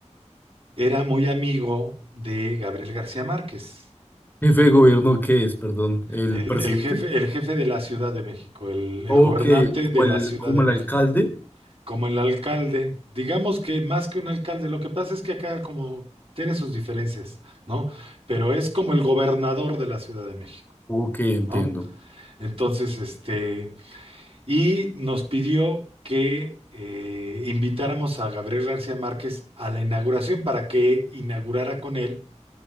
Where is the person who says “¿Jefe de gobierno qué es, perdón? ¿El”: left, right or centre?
Left